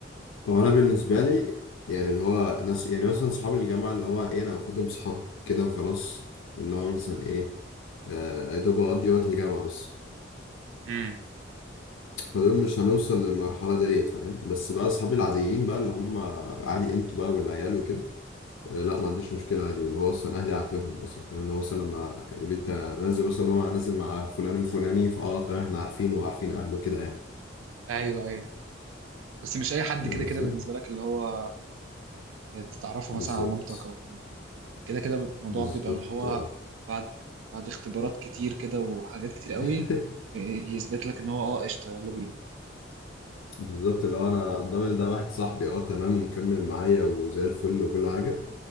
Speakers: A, on the left; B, on the right.
A: هو انا بالنسبه لي يعني اللي هو ناس يعني مثلا صحابي الجامعه اللي هو ايه انا باخدهم صحاب كده وخلاص اللي هو مثلا ايه آه، يا دوب اقضي وقت الجامعه بس
B: امم
A: فدول مش هنوصل للمرحلة ديت فاهم بس بقى أصحابي العاديين بقى اللي هم عادي أنتوا بقى والعيال وكده آه، لا ما عنديش مشكلة عادي واللي هو أصلا أهلي عارفينهم أصلا فاهم لو مثلا لما يقول لي أنت نازل مثلا هو نازل مع فلان الفلاني فأه تمام إحنا عارفينه وعارفين أهله كده يعني
B: ايوه ايوه بس مش اي حد
A: فاهم
B: كده
A: قصدي
B: كده بالنسبه لك اللي هو تتعرفه
A: بالظبط
B: مثلا على مامتك او كده كده الموضوع
A: بالظبط
B: بيبقى اللي هو
A: اه
B: بعد بعد اختبارات كتير كده وحاجات كتير قوي
A: <laughs>
B: ي- يثبت لك ان هو اه قشطه يلا بينا
A: بالظبط اللي هو أنا ضامن ده واحد صاحبي أه تمام ومكمل معايا وزي الفل وكل حاجة